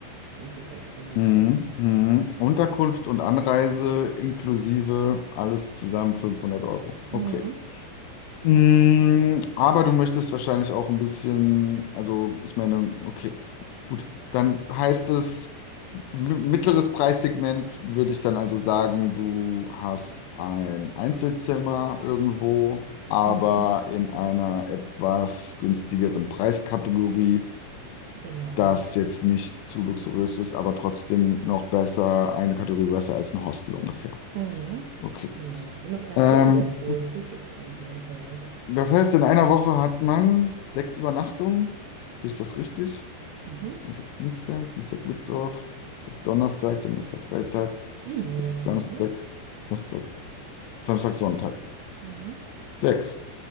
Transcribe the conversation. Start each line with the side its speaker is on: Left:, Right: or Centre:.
Right: 500 bis 600
Left: Mhm.
Right: vielleicht.
Left: Mhm. Unterkunft und Anreise inklusive alles zusammen 500 Euro.
Right: Mhm.
Left: Okay. Mhm. Aber du möchtest wahrscheinlich auch ein bisschen, also ich meine, okay, gut. Dann heißt es, m- mittleres Preissegment würde ich dann also sagen, du hast ein Einzelzimmer irgendwo, aber
Right: Mhm.
Left: in einer etwas günstigeren Preiskategorie
Right: Genau.
Left: das jetzt nicht zu luxuriös ist, aber trotzdem noch besser, eine Kategorie besser als ein Hostel ungefähr.
Right: Mhm.
Left: Okay.
Right: Genau. So eine Pension
Left: Ähm,
Right: wäre cool. Frühstückspension vielleicht.
Left: das heißt, in einer Woche hat man sechs Übernachtungen. Sehe ich das richtig?
Right: Mhm.
Left: Montag, Dienstag, Dienstag, Mittwoch, Mittwoch, Donnerstag, Donnerstag, Freitag,
Right: Sieben Übernachtungen,
Left: Samstag,
Right: ne?
Left: Samstag, Samstag, Sonntag.
Right: Mhm.
Left: Sechs.